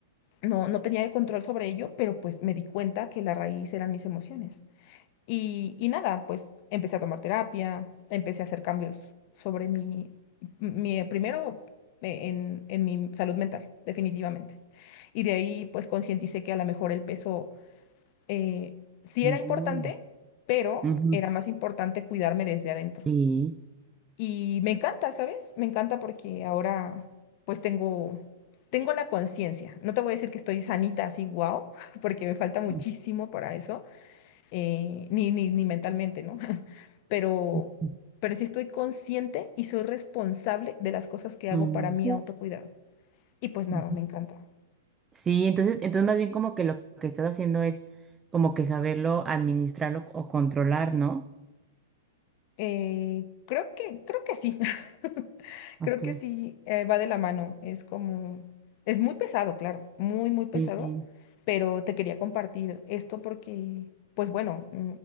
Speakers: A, on the left (about 50°); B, on the right (about 20°).
A: No, no tenía el control sobre ello, pero pues me di cuenta que la raíz eran mis emociones. Y, y nada, pues empecé a tomar terapia, empecé a hacer cambios sobre mi, mi primero eh, en, en mi salud mental, definitivamente. Y de ahí pues concienticé que a lo mejor el peso eh, sí
B: mm,
A: era importante, pero
B: ujú,
A: era más importante cuidarme desde adentro.
B: Sí.
A: Y me encanta, ¿sabes? Me encanta porque ahora pues tengo, tengo la conciencia. No te voy a decir que estoy sanita así, wow, <laughs> porque me falta muchísimo
B: mm,
A: para eso, eh, ni, ni, ni mentalmente, ¿no? pero,
B: ujú,
A: pero sí estoy consciente y soy responsable de las cosas que hago
B: mm,
A: para mi autocuidado. Y pues nada,
B: ujú.
A: me encanta.
B: Sí, entonces, entonces más bien como que lo que estás haciendo es como que saberlo administrarlo o controlar, ¿no?
A: Eh, creo que, creo que sí. <laughs>
B: Ok,
A: Creo que sí, eh, va de la mano. Es como, es muy pesado, claro, muy, muy pesado,
B: sí,
A: pero te quería compartir esto porque, pues bueno, mm,